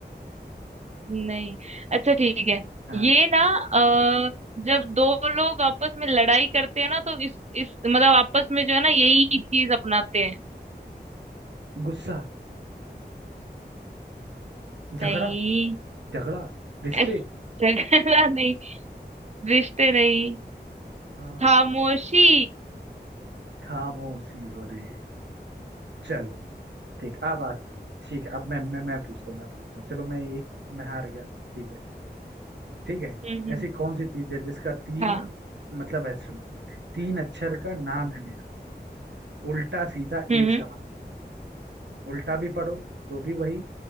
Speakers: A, on the right; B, on the right.
A: नहीं अच्छा ठीक है
B: हाँ
A: ये ना अ, जब दो लोग आपस में लड़ाई करते हैं ना तो इस इस मतलब आपस में जो है ना यही चीज अपनाते हैं
B: गुस्सा झगड़ा
A: नहीं
B: झगड़ा रिश्ते
A: ऐस- झगड़ा नहीं रिश्ते नहीं
B: हाँ,
A: खामोशी
B: खामोशी अरे चलो ठीक अब आ ठीक है अब मैं मैं मैं पूछता हूँ मैं पूछता हूँ चलो मैं एक मैं हार गया ठीक है ठीक है
A: हम्म हम्म,
B: ऐसी कौन सी चीज है जिसका तीन
A: हाँ
B: मतलब है सुन तीन अक्षर का नाम है मेरा उल्टा सीधा
A: हम्म
B: एक
A: हम्म।
B: समान उल्टा भी पढ़ो तो भी वही